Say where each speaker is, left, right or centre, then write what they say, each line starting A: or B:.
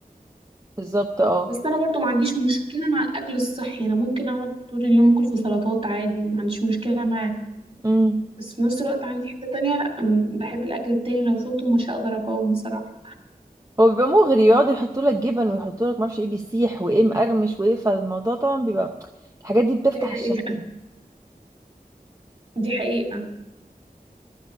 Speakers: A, on the right (about 20°); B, on the right (about 40°).
A: بالظبط اه
B: بس انا برضو ما عنديش مشكله مع الاكل الصحي انا ممكن اقعد طول اليوم اكل في سلطات عادي ما عنديش مشكله معاه
A: امم
B: بس في نفس الوقت عندي حته تانية لا أم- بحب الاكل التاني لو شفته مش هقدر اقاوم بصراحه
A: هو بيبقى مغري يقعدوا يحطوا لك جبن ويحطوا لك معرفش ايه بيسيح وايه مقرمش وايه فالموضوع طبعا بيبقى الحاجات دي بتفتح
B: دي حقيقه
A: الشهية
B: دي حقيقه